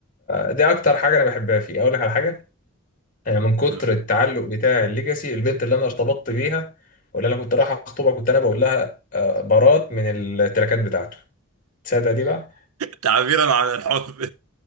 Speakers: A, on the left (about 40°); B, on the right (about 85°).
A: دي اكتر حاجة انا بحبها فيه اقول لك على حاجة انا من كتر
B: <laughs>
A: التعلق بتاع الليجاسي البنت اللي انا ارتبطت بيها واللي انا كنت رايح اخطبها كنت انا بقول لها آه، برات من التركات بتاعته تصدق دي بقى
B: تعبيرا عن الحب